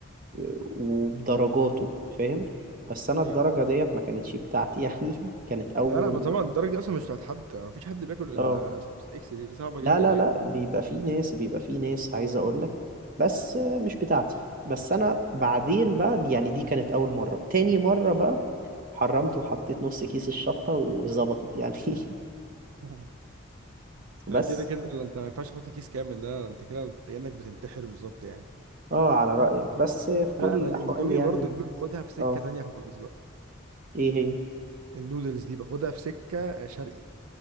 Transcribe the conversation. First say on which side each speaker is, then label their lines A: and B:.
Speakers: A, on the right; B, on the right.
A: آه، وبدرجاته فاهم بس أنا
B: ايوه
A: الدرجة
B: فاهم
A: ديت ما كانتش بتاعتي يعني <laughs> كانت أول
B: لا لا ما طبعا الدرجه دي اصلا مش بتاعت حد مفيش حد بياكل
A: اه
B: ال خمسة اكس دي, دي صعبه
A: لا
B: جدا
A: لا
B: يعني
A: لا بيبقى في ناس بيبقى في ناس عايز اقول لك بس آه، مش بتاعتي بس انا بعدين بقى يعني دي كانت اول مرة تاني مرة بقى حرمت وحطيت نص كيس الشطة وظبطت يعني <laughs>
B: <laughs> ما
A: بس
B: هي كده كده لو انت ما ينفعش تحط كيس كامل ده انت كده انت كانك بتنتحر بالظبط يعني
A: اه على رأيك بس آه، في كل
B: لا انا
A: الاحوال
B: الاندومي
A: يعني
B: برضو دي باخدها في سكه
A: اه
B: تانية خالص بقى
A: ايه هي
B: النودلز دي باخدها في سكه شرقي